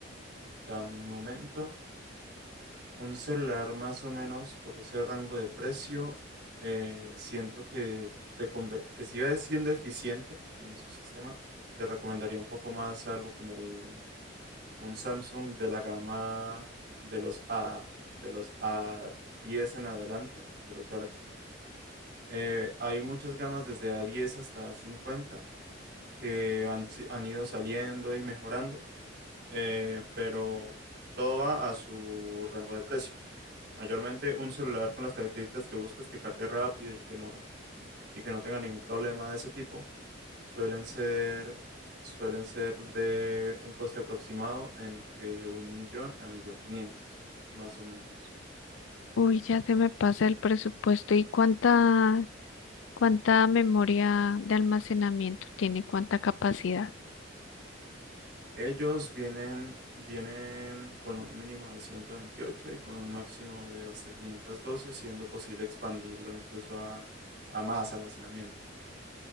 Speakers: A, on the right; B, on the left.
A: dame un momento. Un celular más o menos por ese rango de precio, eh, siento que, te conve- que siga siendo eficiente en su sistema. Te recomendaría un poco más algo como un, un Samsung de la gama de los A, de los a diez en adelante, de los Galaxy. Eh, hay muchas gamas desde a diez hasta a cincuenta que han, si- han ido saliendo y mejorando, eh, pero todo va a su rango de precio. Mayormente un celular con las características que buscas, que cargue rápido y que no, y que no tenga ningún problema de ese tipo, suelen ser, suelen ser de un coste aproximado entre un millón a un millón quinientos, más o menos.
B: Uy, ya se me pasa el presupuesto. ¿Y cuánta, cuánta memoria de almacenamiento tiene? ¿Cuánta capacidad?
A: Ellos vienen, vienen con un mínimo de 128 y con un máximo de hasta 512, siendo posible expandirlo incluso a, a más almacenamiento